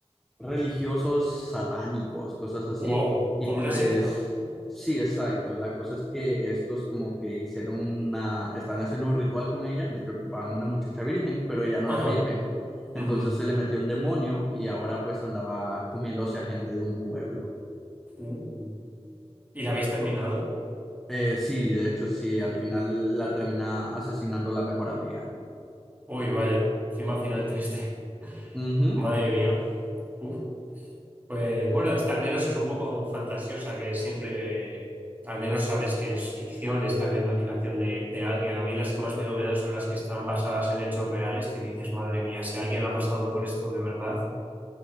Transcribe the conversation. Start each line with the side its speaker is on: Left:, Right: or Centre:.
Centre: religiosos satánicos, cosas así.
Right: Wow,
Centre: Y
Right: como una
Centre: pues
Right: secta.
Centre: sí, exacto. La cosa es que estos como que hicieron una, estaban haciendo un ritual con ella en el que ocupaban una muchacha virgen, pero ella no
Right: Ajá.
Centre: era virgen. Entonces
Right: Mm.
Centre: se le metió un demonio y ahora pues andaba comiéndose a gente de un pueblo.
Right: Uh. ¿Y la habéis terminado?
Centre: Eh, sí, de hecho sí,
Right: Sí.
Centre: al final la termina asesinando la mejor amiga.
Right: Uy, vaya, encima final triste. <laughs>
Centre: Ujú.
Right: Madre mía. Uf. Pues bueno, esta al menos es un poco fantasiosa, que siempre, eh, al menos sabes que es ficción, está en la imaginación de, de alguien. A mí las que más miedo me dan son las que están basadas en hechos reales, que dices, madre mía, si alguien ha pasado por esto de verdad,